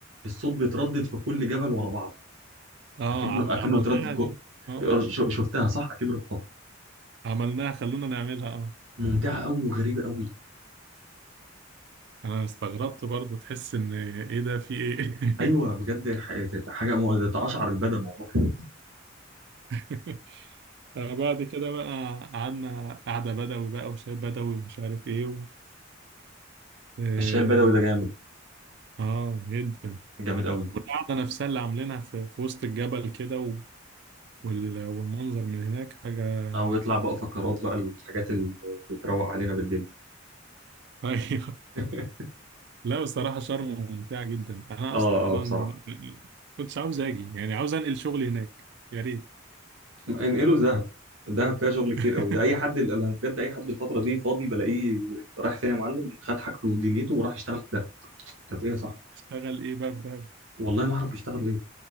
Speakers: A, on the right; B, on the right.
A: الصوت بيتردد في كل جبل ورا بعض
B: اه
A: اكنه
B: عم-
A: اكنه
B: عملناها
A: بيتردد جوه
B: دي اه
A: ش- شفتها صح اكيد رحتها
B: عملناها خلونا نعملها اه
A: ممتعه قوي وغريبه قوي
B: انا استغربت برضو تحس ان ايه ده في ايه
A: ايوه بجد ح- حاجه مؤ- تقشعر البدن والله
B: <laughs> آه، بعد كده بقى قعدنا قعدة بدوي بقى وشاي بدوي ومش عارف ايه و... اه
A: الشاي البدوي ده جامد
B: آه، جدا
A: جامد قوي
B: والقعدة نفسها اللي عاملينها في, في وسط الجبل كده و... وال... والمنظر من هناك حاجة
A: او يطلع بقى فقرات بقى الحاجات اللي بتروق علينا بالليل دي
B: <laughs> ايوه
A: <laughs>
B: لا بصراحة شرم ممتعة جدا انا
A: اه
B: اصلا
A: اه بصراحه
B: كنتش عاوز اجي يعني عاوز انقل شغلي هناك يا ريت
A: انقله دهب دهب فيها شغل كتير
B: <laughs>
A: قوي ده اي حد انا بجد اي حد الفتره دي فاضي بلاقيه رايح فين يا معلم خد حاجته ودنيته وراح يشتغل في دهب طب ايه يا صاحبي
B: اشتغل ايه بقى في دهب
A: والله ما اعرف بيشتغلوا ايه